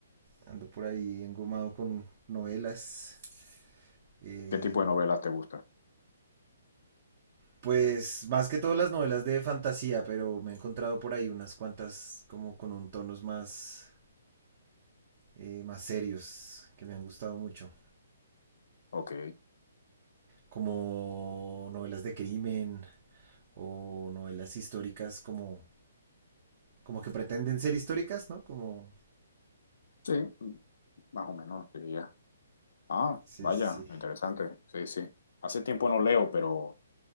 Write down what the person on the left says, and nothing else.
¿Qué tipo de novelas te gustan?
Ok,
sí, más o menos diría. Ah,
vaya,
interesante, sí, sí. Hace tiempo no leo, pero